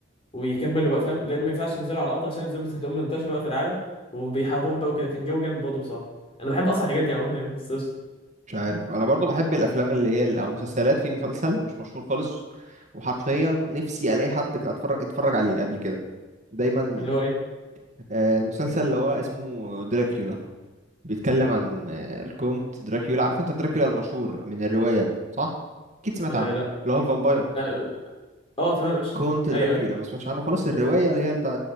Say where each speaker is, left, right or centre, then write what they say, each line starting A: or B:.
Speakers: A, on the left; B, on the right.
A: ويكملوا بقى فاهم لان ما ينفعش ينزلوا على الارض عشان الزومبيز هتقوم منتشره بقى في العالم وبيحاربوهم بقى وكده كان جو جامد برضه بصراحه انا بحب اصلا الحاجات دي عموما يعني بس
B: مش عارف انا برضو بحب الافلام اللي هي ال- او مسلسلات في مسلسل مش مشهور خالص وحرفيا نفسي الاقي حد كان اتفرج اتفرج عليه قبل كده دايما
A: اللي هو ايه
B: آه، المسلسل اللي هو اسمه دراكيولا بيتكلم عن آه، الكونت دراكيولا عارف انت دراكيولا المشهور من الرواية صح اكيد سمعت
A: آه
B: عنه
A: لا
B: اللي هو الفامباير
A: اه, آه آه، تمام قشطة
B: كونت دراكيولا
A: ايوه ايوه
B: ما سمعتش عنه خلاص الرواية اللي هي بتاع